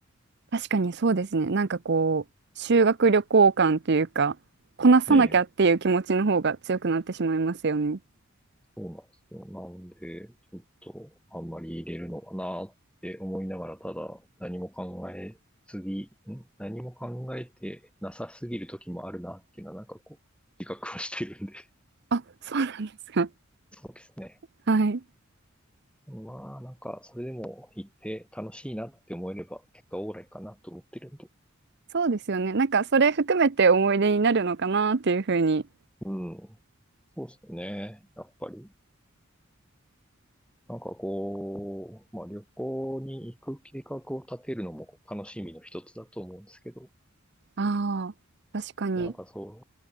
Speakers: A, on the right; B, in the centre.
A: 確かにそうですね。なんかこう、修学旅行感っていうか、こなさなきゃっていう気持ちの方が強くなってしまいますよね。
B: う。ねえ、そうなんですよ。なんで、ちょっとあんまり入れるのかなって思いながら、ただ何も考えすぎ、ん何も考えてなさすぎる時もあるなっていうのはなんかこう、自覚はしてるんで。
A: あ、そうなんですか。
B: <laughs> そうですね。
A: はい。
B: まあ、なんか、それでも行って楽しいなって思えれば、結果オーライかなと思ってるんで。
A: そうですよね。なんかそれ含めて思い出になるのかなっていうふうに
B: うん。そうですね。やっぱり。なんかこう、まあ旅行に行く計画を立てるのも楽しみの一つだと思うんですけど、
A: ああ、確かに、
B: なんかそう、